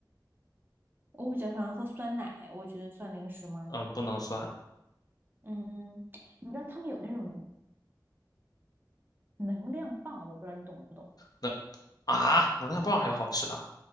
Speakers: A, on the right; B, on the left.
A: 我比较喜欢喝酸奶，我觉得算零食吗？
B: 嗯，不能算。
A: 嗯，嗯你知道他们有那种能量棒，我不知道你懂不懂。
B: 那啊，能量棒还有好吃的？